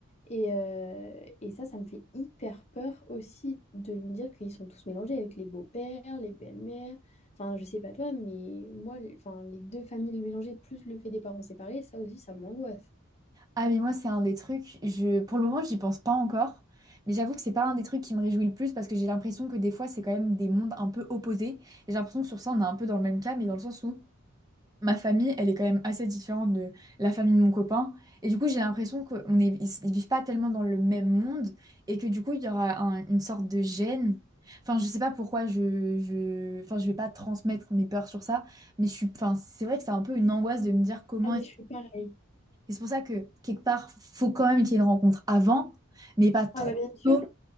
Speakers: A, on the left; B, on the right.
A: Et, euh, et ça, ça me fait hyper peur aussi de me dire qu'ils sont tous mélangés avec les beaux-pères, les belles-mères. Enfin, je sais pas toi, mais moi, les- enfin, les deux familles mélangées, plus le fait des parents séparés, ça aussi, ça m'angoisse.
B: Ah, mais moi, c'est un des trucs, je, pour le moment, j'y pense pas encore. Mais j'avoue que c'est pas un des trucs qui me réjouit le plus parce que j'ai l'impression que des fois, c'est quand même des mondes un peu opposés. Et j'ai l'impression que sur ça, on est un peu dans le même cas, mais dans le sens où ma famille, elle est quand même assez différente de la famille de mon copain. Et du coup, j'ai l'impression qu'on est, ils, ils vivent pas tellement dans le même monde et que du coup, il y aura un- une sorte de gêne. Enfin, je sais pas pourquoi je, je, enfin, je vais pas transmettre mes peurs sur ça, mais je suis, enfin, c'est vrai que c'est un peu une angoisse de me dire comment.
A: Ah, mais
B: est-ce-
A: je suis pareil.
B: Et c'est pour ça que quelque part, faut quand même qu'il y ait une rencontre avant, mais pas trop
A: Ah, bah bien sûr.
B: tôt